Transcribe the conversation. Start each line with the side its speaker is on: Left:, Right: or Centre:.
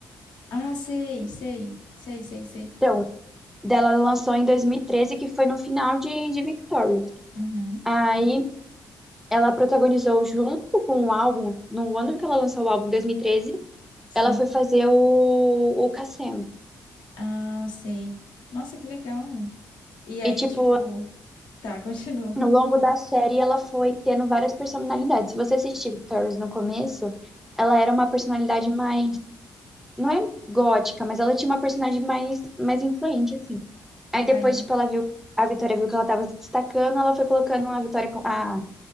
Left: Ah, sei, sei. Sei, sei, sei.
Centre: Então, dela ela lançou em 2013, que foi no final de, de Victorious.
Left: Uhum,
Centre: Aí, ela protagonizou junto com o álbum, no ano que ela lançou o álbum, em 2013
Left: sim.
Centre: ela foi fazer o, o Cassem.
Left: Ah, sei. Nossa, que legal. E aí,
Centre: E, tipo,
Left: tipo. Tá, <laughs> continua.
Centre: no longo da série, ela foi tendo várias personalidades. Se você assistir Victorious no começo, ela era uma personalidade mais. Não é gótica, mas ela tinha uma personalidade mais, mais influente, assim. Aí depois,
Left: Aí.
Centre: tipo, ela viu. A Vitória viu que ela tava se destacando, ela foi colocando a Vitória, com- a,